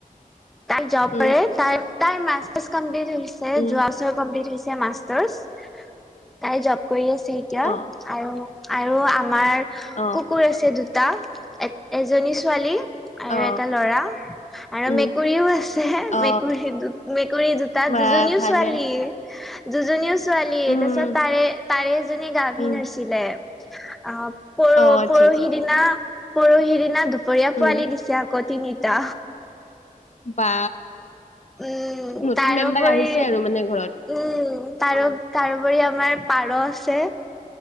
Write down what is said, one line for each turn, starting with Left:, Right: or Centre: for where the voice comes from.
Centre: তাই <unintelligible> তাই
Left: উম
Centre: তাইৰ মাষ্টাৰ্ছ কমপ্লিট হৈ গৈছে।
Left: উম
Centre: যোৱা যোৱা বাৰ কম্পিলত হৈছে মাষ্টাৰ্ছ, তাই জব কৰি আছে এতিয়া।
Left: অ
Centre: আৰু আৰু আমাৰ
Left: অ
Centre: কুকুৰ আছে দুটা এ এজনী ছোৱালী আৰু
Left: অ
Centre: এটা ল'ৰা, আৰু
Left: উম
Centre: মি মেকুৰীও আছে
Left: অ
Centre: মেকুৰী দু মেকুৰী দুটা
Left: বা
Centre: দুজনীও
Left: ভালে
Centre: ছোৱালীৱে। দুজনীও ছোৱালী, তাৰপিছত
Left: উম
Centre: তাৰে তাৰে এজনী গাভিন
Left: উম
Centre: হৈছে। অ
Left: অ আচ্ছা
Centre: পৰহি
Left: আচ্ছা
Centre: দিনা পৰি দিনা দু দুপোৰীয়া
Left: উম
Centre: পোৱালি দিছে আকৌ তিনিটা।
Left: বা
Centre: উম
Left: নতুন
Centre: তাৰোপৰি
Left: মেম্বাৰ আহিছে আৰু মানে ঘৰত।
Centre: উম তাৰো তাৰোপৰি আমাৰ পাৰ আছে,